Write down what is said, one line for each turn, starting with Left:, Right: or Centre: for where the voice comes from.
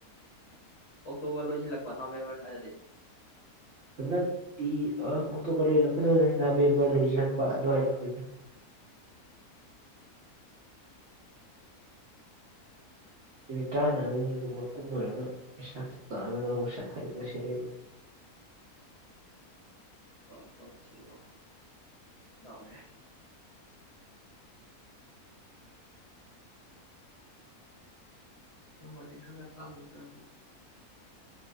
Left: ꯑꯣꯛꯇꯣꯕꯔ ꯂꯣꯏ ꯂꯥꯛꯄ ꯅꯣꯚꯦꯝꯕꯔ ꯍꯥꯏꯗꯗꯤ
Right: ꯍꯟꯗꯛꯇꯤ ꯑꯣꯛꯇꯣꯕꯔ ꯂꯣꯏꯜꯂꯛꯀꯗꯧ ꯅꯕꯦꯝꯕꯔ ꯂꯣꯏꯁꯤꯜꯂꯛꯄ ꯑꯗꯨꯋꯥꯏꯗꯗ ꯅꯨ ꯇꯥꯟꯅꯒꯨꯝꯕ ꯀꯨꯝꯃꯔꯒ ꯄꯩꯁꯥꯅꯅꯁꯥ ꯊꯕ ꯁꯤ ꯂꯩ
Left: ꯇ ꯁꯤꯂꯣ ꯌꯥꯎꯅꯦꯦ ꯇ ꯔꯦꯈꯥꯒ ꯇꯥꯒꯕ꯭ꯔꯥꯒꯦ